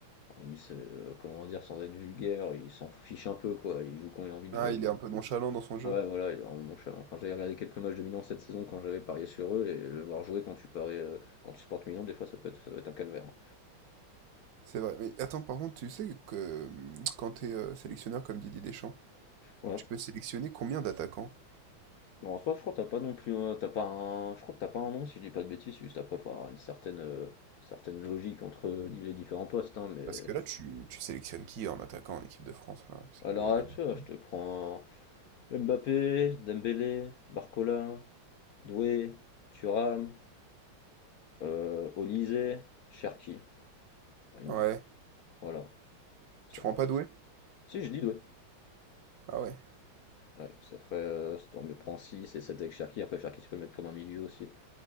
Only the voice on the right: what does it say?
Ah,
il
est un peu nonchalant dans son jeu.
C'est vrai. Mais attends, par contre, tu sais que hum, quand t'es es sélectionneur comme Didier Deschamps,
tu peux sélectionner combien d'attaquants?
Parce que là, tu, tu sélectionnes qui en attaquant en équipe de France, là, parce
qu'il
y en
a beaucoup.
Ouais.
Tu prends
pas Doué?
Ah ouais.